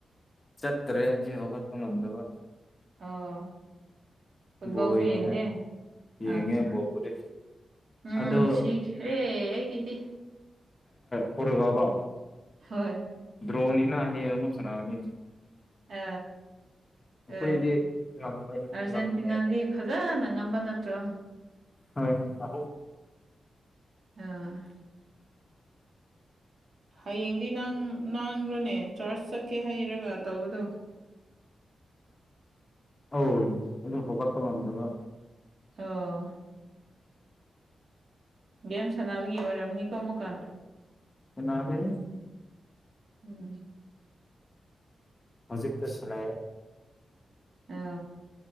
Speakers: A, on the left; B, on the right.
A: ꯆꯠꯇꯦꯟꯖꯤ ꯍꯣꯛ ꯅꯗꯨꯒ
B: ꯑꯣ ꯐꯨꯠꯕꯣꯜꯁꯨ
A: ꯕꯣꯜ ꯌꯦꯡꯉꯦ
B: ꯌꯦꯡꯗꯦ
A: ꯌꯦꯡꯉꯦ
B: ꯑꯆꯥ
A: ꯕꯣꯜꯕꯨꯗꯤ
B: ꯎꯝ
A: ꯑꯗꯣ
B: ꯁꯤꯤ ꯑꯦꯦ ꯍꯦꯒꯗꯤ
A: ꯄꯨꯔꯒꯕꯣ
B: ꯍꯣꯏ
A: ꯗ꯭ꯔꯣꯅꯤꯅꯅꯥ ꯍ ꯃꯁꯅꯥꯅꯤ
B: ꯑ
A: ꯑꯩꯈꯣꯏꯗꯤ
B: ꯑꯦ
A: ꯉꯝꯃꯅꯤ
B: ꯑꯔꯖꯦꯟꯇꯤꯅꯥꯗꯤ
A: ꯉꯝꯃꯅꯤ
B: ꯐꯖꯥꯅ ꯉꯝꯕ ꯅꯠꯇ꯭ꯔꯣ
A: ꯍꯣꯏ ꯑ
B: ꯑ ꯍꯌꯦꯡꯗꯤ ꯅꯥꯡꯈ꯭ꯔꯣꯅꯦ ꯆꯥꯔꯖ ꯆꯠꯀꯦ ꯍꯩꯔꯒ ꯇꯧꯕꯗꯣ
A: ꯍ ꯑꯗꯨ ꯍꯒ ꯇꯕꯗꯕ
B: ꯑꯣ ꯕꯦꯝ ꯁꯥꯟꯅꯕꯒꯤ ꯑꯣꯏꯔꯝꯅꯤ ꯀꯣꯃꯨꯀ
A: ꯍꯟꯅꯔꯦ
B: ꯎꯝ
A: ꯍꯧꯖꯤꯛꯛꯇ ꯁꯅꯦ
B: ꯑ